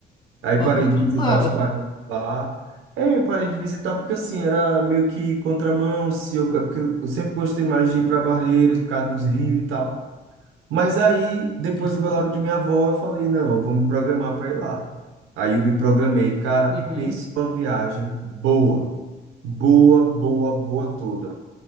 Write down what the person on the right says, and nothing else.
Aí
parei de
visitar
os parentes lá. É, eu parei de visitar porque assim, era meio que contramão, se eu, é porque eu sempre gostei mais de ir para Barreiras por causa dos rios e tal. Mas aí, depois
do velório de minha avó, eu falei, não, eu vou me programar para ir lá. Aí eu me programei, cara,
pensa uma viagem boa, boa, boa, boa toda.